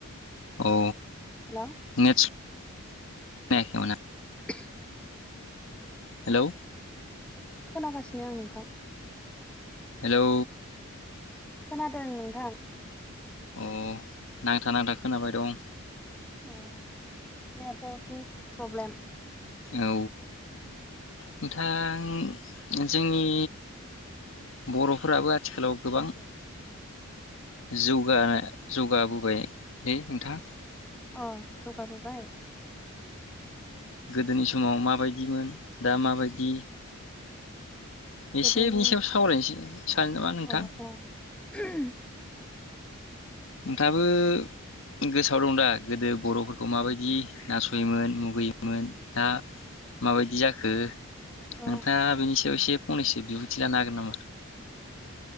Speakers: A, on the left; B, in the centre.
A: औ
B: हेलौ
A: नेटच दे होनबाना।
B: <inaudible>
A: हेलौ
B: खोनागासिनो आं नोंथां।
A: हेलौ
B: खोनादों नोंथां।
A: अ नांथा नांथा खोनाबाय दं।
B: उम नेटवारकनि प्रब्लेम।
A: औ नोंथां जोंनि बर'फोराबो आथिखालाव गोबां जौगा जौगाबोबाय लै नोंथां।
B: अ जौगाबोबाय
A: गोदोनि समाव माबायदिमोन दा माबायदि
B: गोदोनि
A: एसे बेनि सायाव सावरायनोसै सानो नामा नोंथां।
B: अ <inaudible>
A: नोंथाङाबो गोसोआव दं दा गोदो बर'फोरखौ माबायदि नासयोमोन मुगैयोमोन दा माबायदि जाखो नोंथाङा
B: अ
A: बेनि सायाव एसे फंनैसो बिबुंथि लानो हागोन नामा।